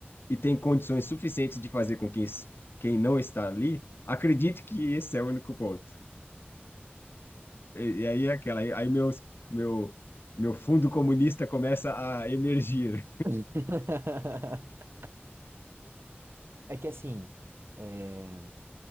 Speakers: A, on the left; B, on the right.
A: e tem condições suficientes de fazer com que es- quem não está ali acredite que esse é o único ponto. E aí é aquela, aí aí meus, meu, meu fundo comunista começa a emergir
B: <laughs> É que assim, é,